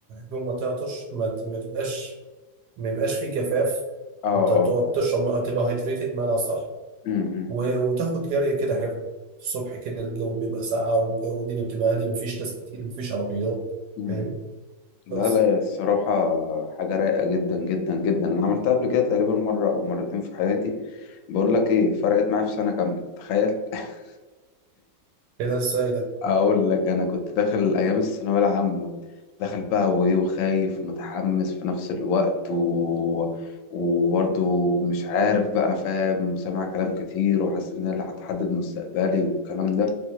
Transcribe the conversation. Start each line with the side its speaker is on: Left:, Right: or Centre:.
Right: اليوم ما تعطش ما ت- ما تبقاش ما يبقاش فيه جفاف
Left: أه
Right: انت بتقعد
Left: أه
Right: تشرب ميه تبقى هايدريتد بمعنى صح
Left: أمم
Right: و- وتاخد جري كده حلو الصبح كده الجو بيبقى ساقع والجو الدنيا بتبقى هادي مفيش ناس كتير مفيش عربيات
Left: أمم.
Right: فاهم
Left: لا
Right: بس
Left: لا هي الصراحة حاجة رايقة جدا جدا جدا أنا عملتها قبل كده تقريبا مرة أو مرتين في حياتي بقول لك إيه فرقت معايا في سنة كاملة تخيل <laughs>
Right: كده ازاي ده
Left: أقول لك أنا كنت داخل أيام الثانوية العامة داخل بقى وإيه وخايف ومتحمس في نفس الوقت و... وبرضه مش عارف بقى فاهم وسامع كلام كتير وحاسس إن أنا اللي هتحدد مستقبلي والكلام ده